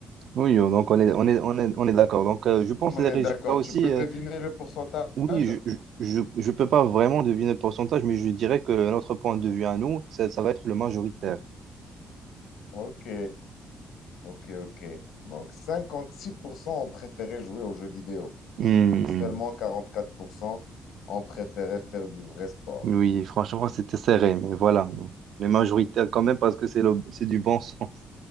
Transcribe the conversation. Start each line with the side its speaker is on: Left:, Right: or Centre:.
Right: Oui, donc on est, on est, on est, on est d'accord. Donc, euh, je pense
Left: On
Right: que les
Left: est
Right: résultats
Left: d'accord,
Right: aussi.
Left: tu peux deviner
Right: euh,
Left: le pourcentage?
Right: Oui, je je, je peux pas vraiment deviner le pourcentage, mais je dirais que notre point de vue à nous, ça, ça va être le majoritaire.
Left: Ok, ok, ok. Donc 56% ont préféré jouer aux jeux vidéo.
Right: Hmm,
Left: Et seulement 44% ont préféré faire du vrai sport.
Right: Oui, franchement, c'était serré, mais voilà. les majoritaires quand même, parce que c'est le, c'est du bon sens.